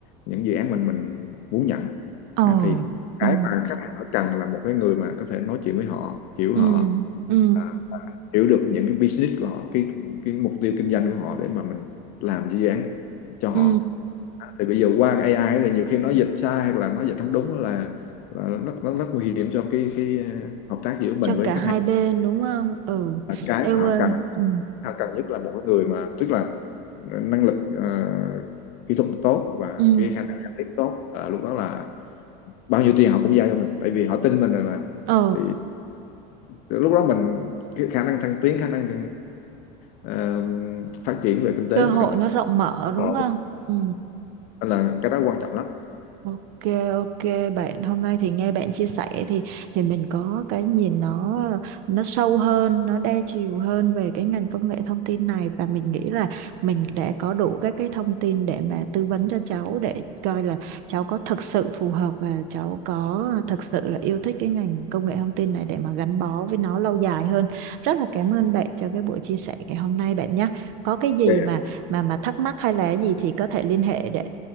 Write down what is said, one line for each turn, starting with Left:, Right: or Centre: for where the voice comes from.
Left: những dự án mình mình muốn nhận
Right: ồ
Left: Đó, thì cái
Right: ừ
Left: mà khách hàng họ cần là một cái người mà có thể nói chuyện với họ hiểu
Right: ừ
Left: họ
Right: ừ
Left: à, hiểu được những cái business của họ cái cái mục tiêu kinh doanh của họ để mà mình làm dự án cho họ
Right: ừ
Left: thì bây giờ qua AI thì nhiều khi nó dịch sai hoặc là nó dịch không đúng là là nó, nó rất nguy hiểm cho cái cái ờ, hợp tác giữa mình
Right: cho
Left: với
Right: cả
Left: khách
Right: hai
Left: hàng
Right: bên đúng không ừ
Left: Và cái
Right: yêu
Left: mà họ
Right: ơi
Left: cần
Right: ừ
Left: họ cần nhất là một cái người mà tức là năng lực ờ, kỹ thuật tốt và
Right: ừ
Left: cái khả năng giao tiếp tốt à, lúc đó là bao nhiêu tiền họ cũng giao cho mình tại vì họ tin mình rồi mà
Right: ờ
Left: thì lúc đó mình cái khả năng thăng tiến khả năng ờ, phát triển về kinh tế
Right: cơ
Left: của
Right: hội
Left: mình rất là
Right: nó rộng mở
Left: Ờ,
Right: đúng không ừ
Left: nên là cái đó quan trọng lắm
Right: Ok ok bạn hôm nay thì nghe bạn chia sẻ thì thì mình có cái nhìn nó nó sâu hơn, nó đa chiều hơn về cái ngành công nghệ thông tin này và mình nghĩ là mình đã có đủ các cái thông tin để mà tư vấn cho cháu để coi là cháu có thực sự phù hợp và cháu có thực sự là yêu thích cái ngành công nghệ thông tin này để mà gắn bó với nó lâu dài hơn. Rất là cảm ơn bạn cho cái buổi chia sẻ ngày hôm nay bạn nhé. Có cái
Left: ok.
Right: gì mà mà mà thắc mắc hay là gì thì có thể liên hệ để